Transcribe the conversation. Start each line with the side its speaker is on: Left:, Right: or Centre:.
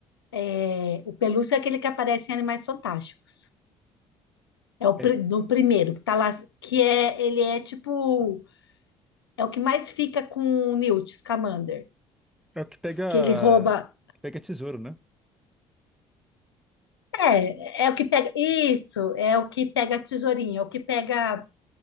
Left: é, o pelúcio é aquele que aparece em Animais Fantásticos. É o
Centre: É,
Left: pri- no primeiro que tá lá, que é, ele é tipo, é o que mais fica com o Newt Scamander,
Centre: é o que pega,
Left: que ele rouba.
Centre: que pega tesouro, né?
Left: É, é o que pega. Isso, é o que pega a tesourinha, é o que pega